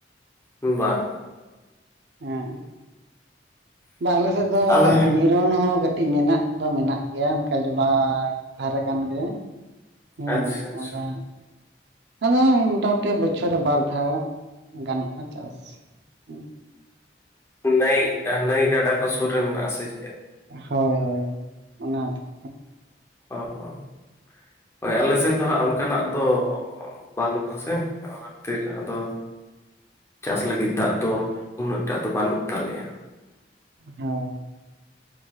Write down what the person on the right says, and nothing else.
ᱦᱮᱸ ᱵᱟᱝ ᱟᱞᱮ ᱥᱮᱫᱽ ᱫᱚ
ᱱᱤ ᱱᱤᱨᱚᱱ ᱦᱚᱸ ᱠᱟᱹᱴᱤᱡᱽ ᱢᱮᱱᱟᱜ ᱫᱚ ᱢᱮᱱᱟᱜ ᱜᱮᱭᱟ ᱚᱱᱠᱟ ᱡᱚᱞᱟ ᱫᱷᱟᱨᱮ ᱠᱟᱱ ᱜᱮᱭᱟ᱾ ᱦᱮᱸ
ᱟᱵᱟᱝ ᱟᱫᱚ ᱢᱚᱴᱟ ᱢᱩᱴᱤ ᱵᱚᱪᱷᱚᱨ ᱨᱮ ᱵᱟᱨ ᱫᱷᱟᱣ ᱜᱟᱱᱚᱜᱼᱟ ᱪᱟᱥ <unintelligible>
ᱦᱳᱭ ᱦᱳᱭ ᱚᱱᱟ <unintelligible>
<unintelligible>